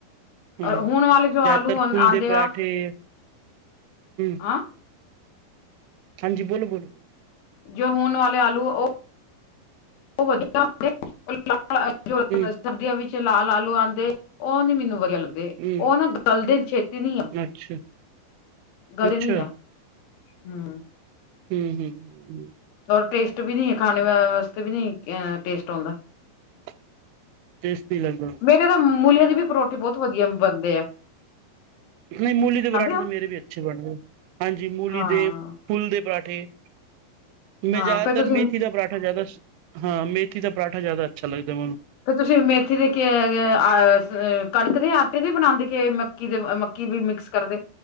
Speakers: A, on the right; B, on the left.
A: ਹਮ
B: ਔਰ ਹੁਣ ਵਾਲੇ ਜੋ
A: ਜ਼ਿਆਦਾਤਰ
B: ਆਲੂ ਆਉਂਦੇ
A: ਫੁਲ ਦੇ ਪਰਾਠੇ‌
B: ਆ
A: ਹਮ
B: ਹਅ <inaudible>
A: ਹਾਂਜੀ ਬੋਲੋ-ਬੋਲੋ-ਬੋਲੋ।
B: ਜੋ ਹੁਣ ਵਾਲੇ ਆਲੂ ਉਹ <unintelligible>
A: ਹੂੰ
B: ਸਰਦੀਆਂ ਵਿੱਚ ਲਾਲ ਆਲੂ ਆਉਂਦੇ, ਉਹ ਨੀ ਮੈਨੂੰ ਵਧੀਆ ਲੱਗ
A: ਹੂੰ
B: ਉਹ ਨਾ ਗਲਦੇ ਛੇਤੀ ਨੀ ਆ,
A: ਅੱਛਾ
B: ਗਲੇ
A: ਅੱਛਾ
B: ਨੀ ਆ ਹੂੰ।
A: ਹੂੰ-ਹੂੰ, ਹੂੰ।
B: ਓਰ ਟੇਸਟ ਵੀ ਨੀ ਏ, ਖਾਨੇ ਵਾ ਵਾਸਤੇ ਵੀ ਨੀ ਐਂ ਟੇਸਟ ਓਂਦਾ।
A: <inaudible> ਟੇਸਟੀ ਲੱਗਨਾ
B: ਮੇਰੇ ਤਾ ਮੁੂਲੀਆਂ ਦੇ ਵੀ ਪਰੋਠੇ ਬੋਤ ਵਦੀਆ ਬਨਦੇ ਐ।
A: ਨਈ ਮੂਲੀ ਦੇ ਪਰਾਠੇ
B: ਹੋ
A: ਤਾਂ ਮੇਰੇ ਵੀ ਅੱਛੇ ਬਨਦੇ ਐ। ਹਾਂਜੀ, ਮੂਲੀ
B: ਹਾਂ
A: ਦੇ ਫੁੱਲ ਦੇ ਪਰਾਂਠੇ, ਮੈਂ
B: ਹਾਂ
A: ਜਾਦਾਤਰ
B: ਫੇਰ ਤੁਸੀਂ
A: ਮੇਥੀ ਦਾ ਪਰਾਂਠਾ ਜਾਦਾ ਹਾਂ, ਮੇਥੀ ਦਾ ਪਰਾਂਠਾ ਜਾਦਾ ਅੱਛਾ ਲੱਗਦਾ ਮੈਨੂੰ
B: ਫੇਰ ਤੁਸੀ ਮੇਥੀ ਦੇ ਕੇ ਕੇ ਆ ਸ ਕਨਕ ਦੇ ਆਟੇ ਦੇ ਬਨਾਂਦੇ, ਕੇ ਮੱਕੀ ਦੇ ਅ ਮੱਕ ਕੀ ਵੀ ਮਿਕਸ ਕਰਦੇ